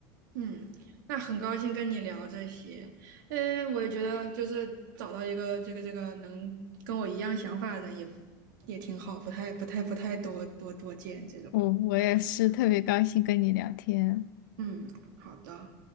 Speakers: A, on the right (about 80°); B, on the left (about 85°).
A: 嗯，那很高兴跟你聊这些。嗯，我也觉得就是找到一个这个这个能跟我一样想法的人也也挺好，不太不太不太多多多见这种。
B: 我我也是特别高兴跟你聊天。
A: 嗯，好的。